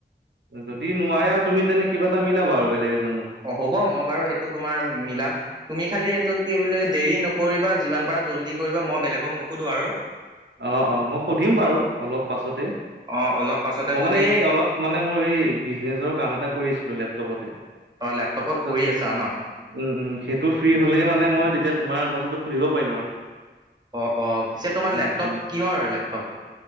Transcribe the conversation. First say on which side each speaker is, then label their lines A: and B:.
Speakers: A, on the right; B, on the right.
A: যদি নোৱাৰে আৰু তুমি তেনে কিবা এটা মিলাবা আৰু বেলেগ এজনৰ।
B: অ হ'ব। মই বাৰু সেইটো তোমাৰ মিলাম। তুমি খালি এইটো কি বুলি কয়? দেৰি নকৰিবা যিমান পাৰা জল্দি কৰিবা। মই বেলেগক নোশুধো আৰু।
A: অ, অ মই শুধিম বাৰু অলপ পাছতে।
B: অ অলপ পাছতে
A: মই
B: তুমি
A: মানে এই অলপ মানে মোৰ এই বিজনেচৰ কাম এটা কৰি আছিলো লেপ্‌টপতে।
B: অ লেপটপত
A: পিছত
B: কৰি
A: সেইত
B: আছা ন
A: উম উম, সেইটো ফ্ৰী হলেই মানে, মই তেতিয়া তোমাৰ কথাটো শুধিব পাৰিম আৰু।
B: অ অ, পিছে তোমাৰ
A: উম
B: লেপটপ,
A: উম
B: কিহৰ লেপটপ?